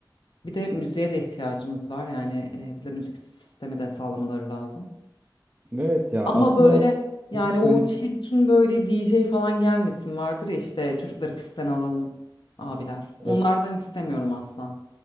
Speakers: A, on the left (about 75°); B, on the right (about 20°).
A: Bir de müziğe de ihtiyacımız var. Yani e, bize müzik sistemi de sağlamaları lazım.
B: Evet ya
A: Ama
B: aslında
A: böyle
B: o
A: yani o
B: böyle
A: çirkin böyle DJ falan gelmesin vardır ya işte çocukları pistten alalım abiler.
B: Evet.
A: Onlardan istemiyorum asla.